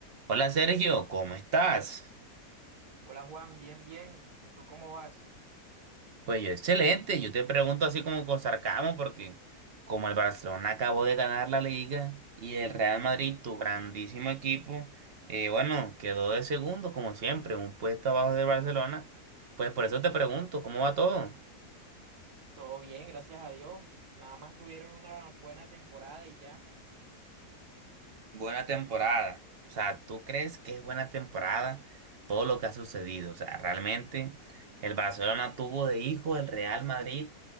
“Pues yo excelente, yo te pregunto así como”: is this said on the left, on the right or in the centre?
Right